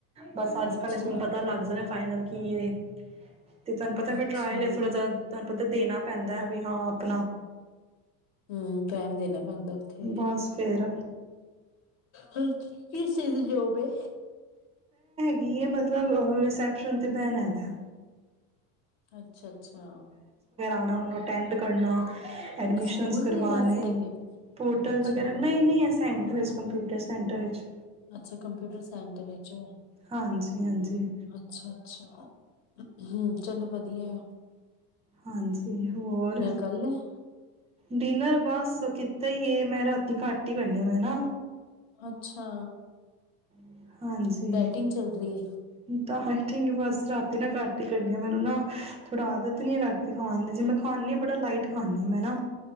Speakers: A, on the right (about 15°); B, on the left (about 55°).
A: ਬਸ ਅੱਜ-ਕੱਲ੍ਹ
B: ਅੱਛਾ
A: ਇਸਨੂੰ ਪਤਾ ਲੱਗ ਜੇ ਨਾ ਫਾਈਨਲ ਕੀ ਏ। ਤੇ ਤੁਹਾਨੂੰ ਪਤਾ ਫੇਰ
B: ਅੱਛਾ
A: ਟਰਾਇਲ ਏ, ਥੋੜਾ ਜਾ ਤੁਹਾਣ ਪਤਾ ਦੇਣਾ ਪੈਂਦੈ ਬਈ ਹਾਂ ਅਪਣਾ
B: ਹੂੰ, ਟਾਈਮ ਦੇਣਾ ਪੈਂਦ ਓਥੇ
A: ਬਸ ਫਿਰ
B: ਕਿਸ ਚੀਜ਼ ਦੀ ਜੋਬ ਏ?
A: ਕੀ ਏ ਮਤਲਬ ਰਿਸੈਪਸ਼ਨ ਤੇ ਬੈਣਾ ਹੈਗੈ।
B: ਅੱਛ ਅੱਛਾ ਅੱਛਾ।
A: ਔਨਾ ਨੂੰ ਅਟੈਂਡ ਕਰੱਣਾ। ਐਡਮਿਸ਼ਨਸ
B: ਸਕੂਲ
A: ਕਰਵਾਣੇ,
B: ਦੇ ਵਾਸਤੇ ਲੱਗੇ
A: ਪੋਰਟਲ
B: ਅੱਛਾ
A: ਵਗੈਰਾ ਨਈ ਨਈ ਐ ਸੈਂਟਰ ਚ। ਕੰਪਿਊਟਰ ਸੈਂਟਰ ਇਚ।
B: ਅੱਛਾ ਕੰਪਊਟਰ ਸੈੰਟਰ ਇਚ,
A: ਹਾਂਜੀ ਹਾਂਜੀ
B: ਅੱਛਾ ਅੱਛਾ। ਹੂੰ, ਚਲੋ ਵਧੀਐ।
A: ਹਾਂਜੀ ਹੋਰ,
B: ਕਰ ਲਿਆ
A: ਡਿਨਰ ਬਾਸ ਕਿੱਥ ਹੀ ਹੈ ਮੈਂ ਰਾਤੀ ਘੱਟ ਹੀ ਕਰਨੈਂ ਨਾ
B: ਅੱਛਾ।
A: <inaudible> ਹਾਂਜੀ
B: ਡੈਟਿੰਗ ਚੱਲ ਰਹੀ
A: ਤਾਂ ਫਾਈਟੀੰਗ ਬਸ ਰਾਤ ਤੇਨਾ ਘਟ ਈ ਕਰਣੀ ਆ ਮੈਨੂੰ ਨਾ ਥੋੜ੍ਹਾ ਆਦਤ ਨੀ ਐ ਰਾਤੀ ਖਾਣ ਦੀ ਜੇ ਮੈਂ ਖਾਂਦੀ ਆਂ ਬੜਾ ਲਾਈਟ ਖਾਂਣੀ ਆ ਮੈਂ ਨਾ।